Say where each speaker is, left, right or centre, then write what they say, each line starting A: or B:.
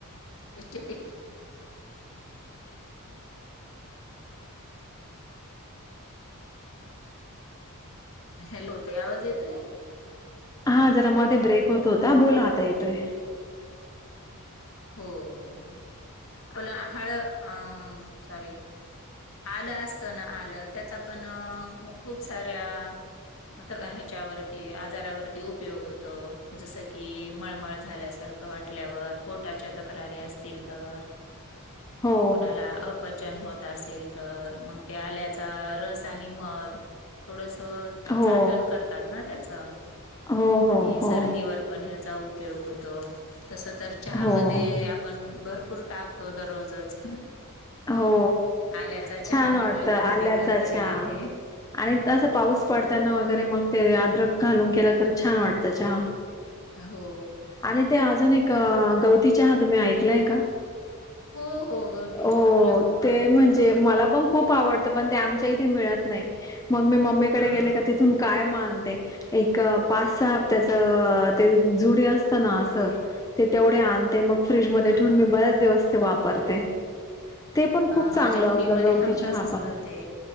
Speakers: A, on the left; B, on the left.
A: <unintelligible> <inaudible> हॅलो, ताई आवाज येतोय?
B: हा, जरा मध्ये ब्रेक होत होता, बोला आता येतोय.
A: हो हो, आपला हळ अ सॉरी. आलं असतं ना आलं, त्याचा पण खूप साऱ्या आता ह्याच्यावरती, आजारावरती उपयोग होतो, जसं की मळमळ झाल्यासारखं वाटल्यावर, पोटाच्या तक्रारी असतील तर.
B: हो
A: कुणाला अपचन होत असेल. तर मग ते आल्याचा रस आणि मध थोडस
B: हो
A: चाटण करतात ना त्याचं.
B: हो हो
A: आणि
B: हो
A: सर्दीवर पण ह्याचा उपयोग होतो. तस तर चहामध्ये
B: हो
A: पण भरपूर टाकतो दररोजच.
B: हो,
A: आल्याचा
B: छान
A: चहा म्हटलं
B: वाटत आल्याचा
A: की थोडी तरतरी
B: चहा,
A: येते
B: आणि
A: अ,
B: तसं पाऊस. पडताना वगैरे मग ते अद्रक घालून केलं तर छान वाटतं चहा.
A: हो.
B: आणि ते अजून एक, गवती चहा तुम्ही ऐकलाय का?
A: हो-हो गवती
B: हो
A: चहा मला खूप
B: ते
A: आवडतो
B: म्हणजे,
A: तो
B: मला पण खूप आवडतं पण ते आमच्या इथे मिळत नाही. मग मी मम्मीकडे
A: हां,
B: गेले का तिथून- कायम आणते. एक पाच, सहा हप्त्याच ते जुडी असतं ना असं. ते तेवढे आणते. मग फ्रीजमध्ये ठेऊून
A: हां,
B: मी बऱ्याच दिवस ते वापरते. ते पण
A: अ
B: खूप चांगलं
A: माझ्या कुंडीमध्ये
B: गवती
A: हमखास
B: चहा
A: असत
B: पण.
A: ते.